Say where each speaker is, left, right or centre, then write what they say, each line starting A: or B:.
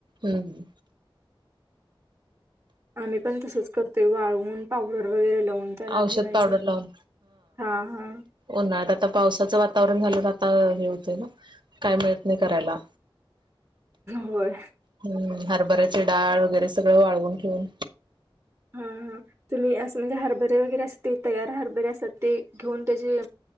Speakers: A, on the right; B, on the right.
A: हम्म
B: आम्ही पण तसच कर ते वाळवून पावडर वगैरे लावून त्याला
A: औषध
B: ठेवायच
A: पावडर
B: हा
A: लावून
B: हा
A: उन्हाळ्यात आता पावसाचं वातावरण झालं आता हे होते ना काय मिळत नाय करायला.
B: होय.
A: हम्म हरभऱ्याचे डाळ वगैरे सगळं वाळवून ठेऊन.
B: हं तुम्ही असं म्हणजे हरभरे वगैरे अस ते तयार हरभरे असतात ते घेऊन त्याजे